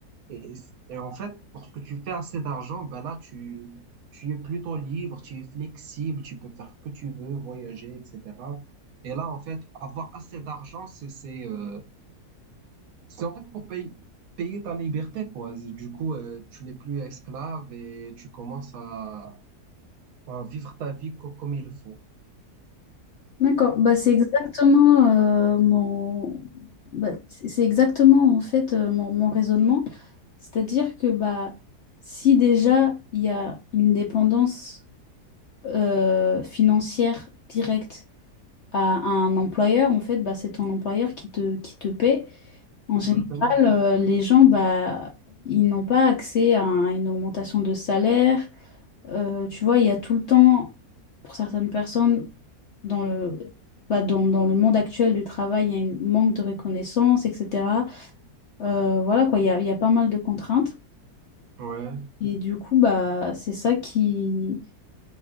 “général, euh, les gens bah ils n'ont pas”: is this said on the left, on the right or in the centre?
Left